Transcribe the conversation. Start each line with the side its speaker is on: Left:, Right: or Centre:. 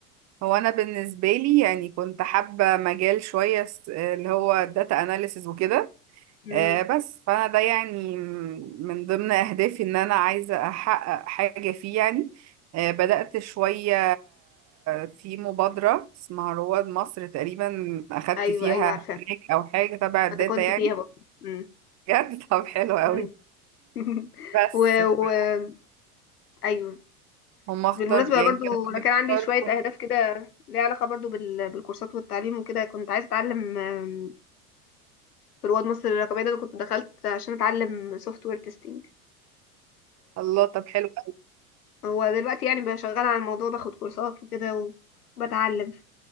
Right: هو انا بالنسبه لي يعني كنت حابه مجال شويه س- اللي هو الداتا اناليسز وكده
Left: مم.
Right: آه، بس فانا ده يعني م- من ضمن اهدافي ان انا عايزه احقق حاجه فيه يعني آه، بدات شويه في مبادره اسمها رواد مصر تقريبا اخدت
Left: أيوه
Right: فيها
Left: أيوه عارفة
Right: تراك او حاجه تبع الداتا
Left: أنا كنت
Right: يعني
Left: فيها برضه مم.
Right: بجد <laughs> طب حلو قوي
Left: مم. <laughs>
Right: بس
Left: و...
Right: ف-
Left: و... أيوه
Right: هم اختار
Left: بالمناسبة
Right: يعني
Left: برضو
Right: كانوا
Left: أنا
Right: بيختاروا
Left: كان عندي شوية أهداف كده ليها علاقة برضو بال... بالكورسات والتعليم وكده كنت عايزة أتعلم آم، في رواد مصر الرقمية ده أنا كنت دخلت عشان أتعلم سوفت وير تيستنج
Right: الله طب حلو قوي
Left: هو دلوقتي يعني بقى شغال على الموضوع باخد كورسات وكده وبتعلم في